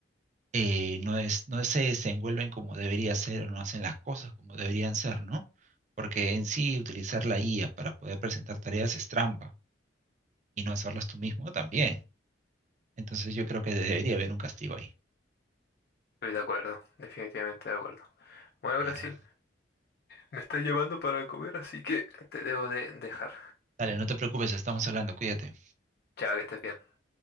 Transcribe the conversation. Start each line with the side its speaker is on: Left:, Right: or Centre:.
Right: eh, no es, no se desenvuelven como debería ser o no hacen las cosas como deberían ser, ¿no? Porque en sí utilizar la IA para poder presentar tareas es trampa y no hacerlas tú mismo también. Entonces yo creo que debería haber un castigo ahí.
Left: Estoy de acuerdo, definitivamente de acuerdo. Bueno,
Right: Claro.
Left: Brasil, me está llamando para comer, así que te debo de dejar.
Right: Dale, no te preocupes, estamos hablando, cuídate.
Left: Chao, que estés bien.